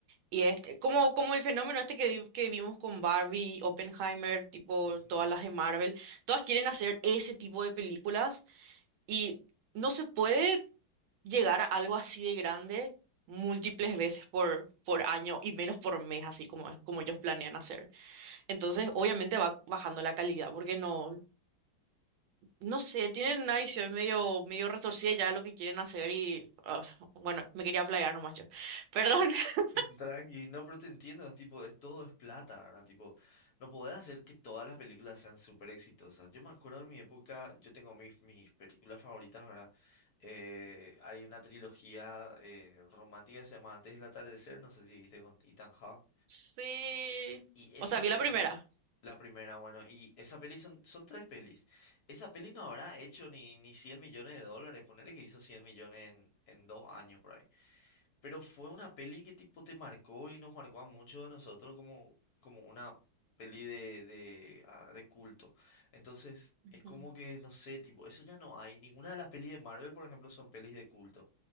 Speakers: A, on the right (about 85°); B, on the left (about 60°).
A: Y es como, como el fenómeno este que, vi- que vimos con Barbie, Oppenheimer, tipo
B: Ujú.
A: todas las de Marvel, todas quieren hacer ese tipo de películas y no se puede llegar a algo así de grande múltiples veces por, por año y menos por mes, así como, como ellos planean hacer. Entonces, obviamente va bajando la calidad porque no, no sé, tienen una visión medio, medio retorcida ya de lo que quieren hacer y ah, bueno, me quería playar nomás yo. Perdón. <laughs>
B: Tranqui, no, pero te entiendo, tipo, es, todo es plata, ¿verdad? Tipo, no podés hacer que todas las películas sean súper exitosas. Yo me acuerdo de mi época, yo tengo mis, mis películas favoritas, ¿verdad? Eh, hay una trilogía eh, romántica que se llama Antes del atardecer, no sé si viste con Ethan Hawke.
A: Sí.
B: Y esa
A: O sea, vi
B: peli,
A: la primera.
B: la primera, bueno, y esa peli son, son tres pelis. Esa peli no habrá hecho ni, ni 100 millones de dólares, ponerle que hizo 100 millones en, en dos años por ahí. Pero fue una peli que tipo te marcó y nos marcó a muchos de nosotros como, como una peli de, de, ah, de culto. Entonces, es como
A: Mm.
B: que, no sé, tipo, eso ya no hay. Ninguna de las pelis de Marvel, por ejemplo, son pelis de culto.